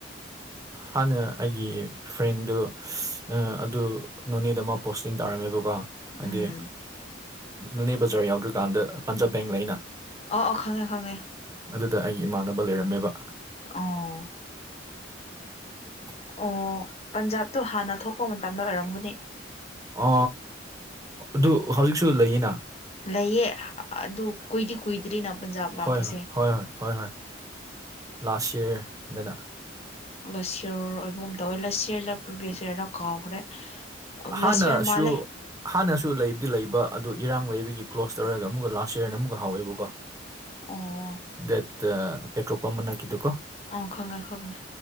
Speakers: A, on the right (about 20°); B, on the left (about 35°).
A: ꯍꯥꯟꯅ ꯑꯩꯒꯤ ꯐ꯭ꯔꯦꯟꯗꯨ ꯑꯗꯨ ꯅꯣꯅꯦꯗ ꯑꯃ ꯄꯣꯁꯇꯤꯡ ꯇꯧꯔꯝꯃꯦꯕꯀꯣ ꯍꯥꯏꯗꯤ
B: ꯎꯝ
A: ꯅꯣꯅꯦ ꯕꯖꯥꯔ ꯌꯥꯎꯗ꯭ꯔꯤꯀꯥꯟꯗ ꯄꯟꯖꯥꯕ ꯕꯦꯡ ꯂꯩꯩꯅ
B: ꯑꯣ ꯑꯣ ꯈꯪꯉꯦ ꯈꯪꯉꯦ
A: ꯑꯗꯨꯗ ꯑꯩꯒꯤ ꯏꯃꯥꯟꯅꯕ ꯂꯩꯔꯝꯃꯦꯕ
B: ꯑꯣ
A: ꯎꯝ
B: ꯑꯣ ꯄꯟꯖꯥꯕꯇꯣ ꯍꯥꯟꯅ ꯊꯣꯛꯄ ꯃꯇꯝꯗ ꯑꯣꯏꯔꯝꯒꯅꯤ
A: ꯑ ꯑꯗꯨ ꯍꯧꯖꯤꯛꯁꯨ ꯂꯩꯌꯦꯅ
B: ꯂꯩꯌꯦ ꯑꯗꯨ ꯀꯨꯏꯗꯤ ꯀꯨꯏꯗ꯭ꯔꯤꯅ ꯄꯟꯖꯥꯕ ꯂꯥꯛꯄꯁꯦ
A: ꯍꯣꯏ ꯍꯣꯏ ꯍꯣꯏ ꯍꯣꯏ ꯍꯣꯏ ꯍꯣꯏ ꯂꯥꯁ ꯌꯔꯗꯅ
B: ꯂꯁꯤꯌꯔ ꯑꯣꯏꯕ ꯑꯃ ꯇꯧꯋꯦ ꯂꯁꯤꯌꯔꯗ ꯄꯨꯕꯤꯦꯁꯔꯔ ꯀꯥꯎꯈ꯭ꯔꯦ
A: ꯍꯥꯥꯟ
B: ꯂꯁ
A: ꯅ
B: ꯌꯔ ꯃꯥꯜꯂꯦ
A: ꯁꯨ ꯍꯥꯟꯅꯁꯨ ꯂꯩꯕꯨꯗꯤ ꯂꯩꯕ ꯑꯗꯨ ꯏꯔꯥꯡ ꯂꯩꯕꯒꯤ ꯀ꯭ꯂꯣꯁ ꯇꯧꯔꯒ ꯑꯃꯨꯛꯀ ꯂꯥꯁ ꯌꯔꯅ ꯑꯃꯨꯛꯀ ꯍꯥꯎꯋꯦꯕꯀꯣ <inaudible>
B: ꯑ
A: ꯗꯦꯠ ꯄꯦꯇ꯭ꯔꯣꯜ ꯄꯝ ꯑꯃꯅꯀꯤꯗꯨꯀꯣ
B: ꯑꯣ ꯈꯪꯉꯦ ꯈꯪꯉꯦ